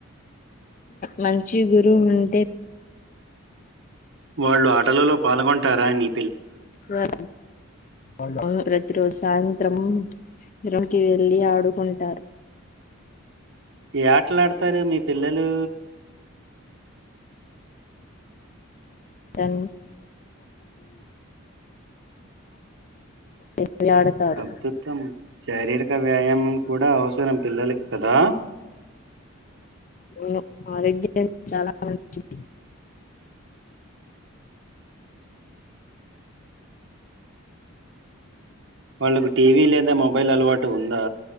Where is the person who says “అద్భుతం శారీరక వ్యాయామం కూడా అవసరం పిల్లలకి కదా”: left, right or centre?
Right